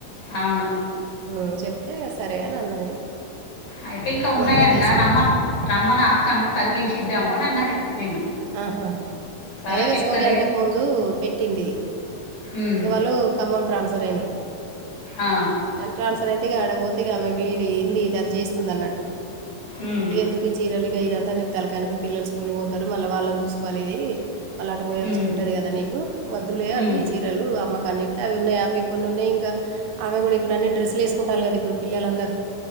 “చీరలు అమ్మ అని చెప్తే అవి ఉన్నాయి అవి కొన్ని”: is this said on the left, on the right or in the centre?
Right